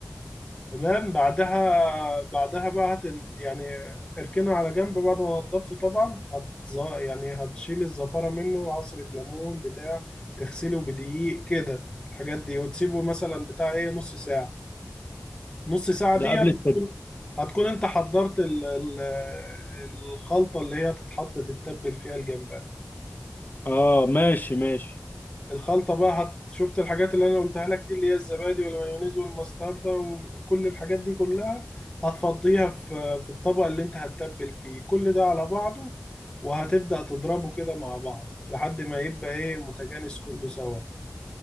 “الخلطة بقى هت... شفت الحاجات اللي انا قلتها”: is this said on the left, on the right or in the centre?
Left